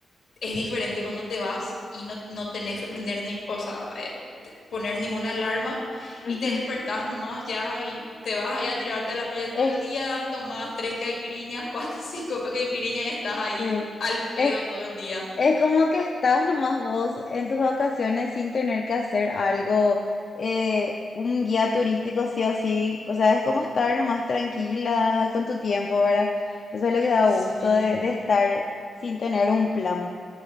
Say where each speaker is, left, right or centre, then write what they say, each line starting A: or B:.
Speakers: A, on the left; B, on the left.
A: es diferente cuando te vas y no, no tenés que prender ni, o sea, eh, te- poner ninguna alarma y
B: Ujú.
A: te despertás nomás ya y te vas ahí a tirarte a la playa todo
B: Es,
A: el día, tomás tres caipiriñas, <laughs> cuatro, cinco pa- caipiriñas y estás ahí
B: sí.
A: al pedo
B: Es
A: todo el día.
B: Es como que estás nomás vos en tus vacaciones sin tener que hacer algo, eh, un guía turístico sí o sí. O sea, es como estar nomás tranquila con tu tiempo, ¿verdad? Eso es lo que da
A: Sí.
B: gusto de, de estar sin tener un plan.